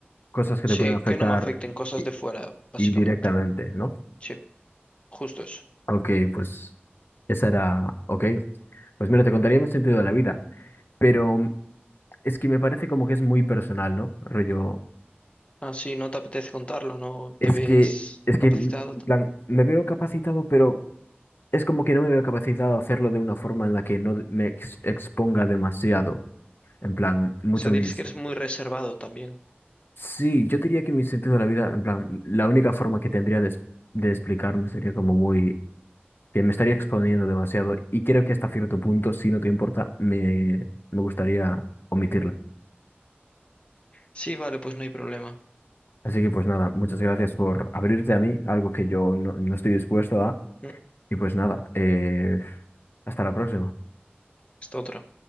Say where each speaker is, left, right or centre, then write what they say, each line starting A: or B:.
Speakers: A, on the left; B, on the left.
A: cosas que te
B: Sí,
A: pueden afectar
B: que no me afecten cosas
A: i-
B: de fuera, básicamente.
A: indirectamente, ¿no?
B: Sí, justo eso.
A: Ok, pues esa era, ok. Pues mira, te contaría mi sentido de la vida, pero mm, es que me parece como que es muy personal, ¿no? Rollo,
B: Ah, sí, no te apetece contarlo, no
A: es
B: te ves
A: que, es que,
B: capacitado.
A: mm,
B: O
A: en plan, me veo capacitado, pero es como que no me veo capacitado a hacerlo de una forma en la que no me ex- exponga demasiado, en plan, mucho
B: sea,
A: mis...
B: dices que eres muy reservado también.
A: Sí, yo diría que mi sentido de la vida, en plan, la única forma que tendría de, es- de explicarme sería como muy que me estaría exponiendo demasiado y creo que hasta cierto punto, si no te importa, me, me gustaría omitirla.
B: Sí, vale, pues no hay problema.
A: Así que pues nada, muchas gracias por abrirte a mí, algo que yo no, no estoy dispuesto a.
B: Mm,
A: Y pues nada, eh, hasta la próxima.
B: Esta otra.